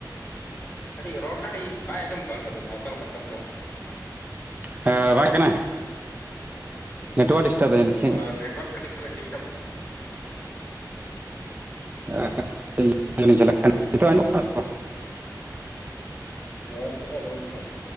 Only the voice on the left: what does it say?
ᱠᱟᱹᱴᱤᱡ ᱨᱚᱲ ᱠᱟᱹᱴᱤᱡ ᱵᱟᱭ ᱟᱸᱡᱚᱢᱚᱜ ᱠᱟᱱ ᱛᱟᱵᱤᱱᱟ ᱚᱠᱟ ᱞᱮᱠᱟᱜ ᱠᱟᱱ ᱪᱚᱝ,
ᱦᱳᱭ ᱱᱮᱴᱳᱣᱟᱨᱠ ᱠᱟᱹᱴᱤᱡ ᱯᱟᱞᱮ ᱰᱤᱥᱴᱟᱵᱚᱜ ᱠᱟᱱᱟ,
ᱱᱚᱜ-ᱚᱭ ᱱᱤᱛᱚᱜ ᱫᱚ ᱟᱸᱡᱚᱢᱚᱜ ᱠᱟᱱᱟ,